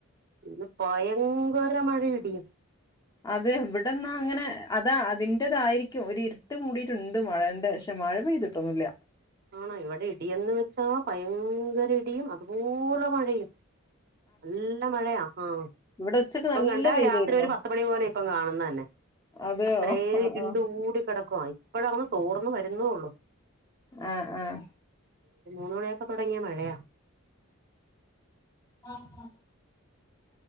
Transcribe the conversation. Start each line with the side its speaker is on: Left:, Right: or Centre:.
Right: ഇന്ന് ഭയങ്കര മഴേ ഇടിം.
Left: അത് ഇവ്ടന്നാ അങ്ങനെ അതാ അതിന്റതാരിക്കും ഒരിര് ഇരുട്ട് മൂടിട്ടിണ്ട് മഴന്റെ പഷേ മഴപെയ്ത്ട്ടൊന്നുല്ല.
Right: ആണോ ഇവ്ടെ ഇടിന്ന് വെച്ചാ ഭയങ്കര ഇടിയും അത്പോലെ മഴയും. എല്ല മഴയാ ആഹ്.
Left: ഇവിടെ ഉച്ചക്ക്
Right: ഇപ്പം
Left: നല്ല
Right: കണ്ടാരാത്രി
Left: വെയിലായിരുന്നു
Right: ഒര് പത്ത്മണിപോലെ ഇപ്പം കാണുന്നന്നെ.
Left: അതെയോ
Right: അത്രേ
Left: ആഹ്
Right: ഇര്ണ്ടകൂടി
Left: ആഹ്
Right: കെടക്കുവാ ഇപ്പഴാ ഒന്ന് തോർന്ന് വര്ന്നോള്ളു.
Left: ആഹ് ആഹ്
Right: ഒര് മൂന്ന്മണി ആയപ്പോ തൊടങ്ങിയ മഴയാ
Left: ആഹ് ആഹ്